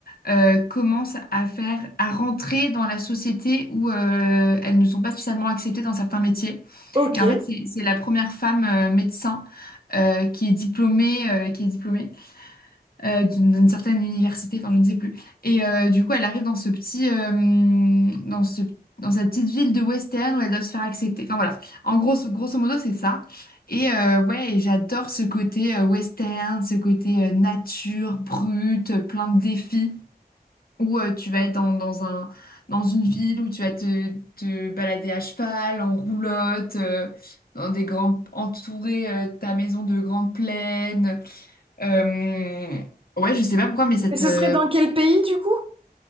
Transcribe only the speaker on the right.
ok.
Et
ce
serait dans quel pays du coup?